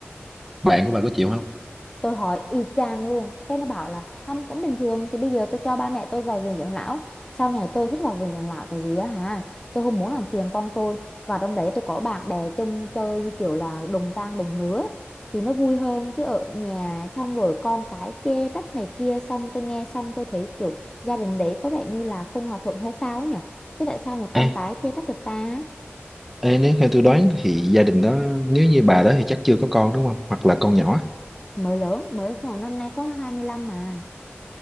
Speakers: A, in the centre; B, on the left.
A: bạn của bà có chịu không
B: tôi hỏi y chang luôn cái nó bảo là không cũng bình thường thì bây giờ tôi cho ba mẹ tôi vào viện dưỡng lão sau này tôi thích vào viện dưỡng lão tại vì á hả tôi không muốn làm phiền con tôi và trong đấy tôi có bạn bè chung chơi như kiểu là đồng trang đồng lứa thì nó vui hơn chứ ở nhà xong rồi con cái chê trách này kia xong tôi nghe xong tôi thấy kiểu gia đình đấy có vẻ như là không hòa thuận hay sao ấy nhỉ chứ tại sao mà con
A: Ê,
B: cái chê trách được ta
A: ê, nếu theo tôi đoán thì gia đình đó nếu như bà đó thì chắc chưa có con đúng không? Hoặc là con nhỏ.
B: mới lớn mới khoảng năm nay có 25 mà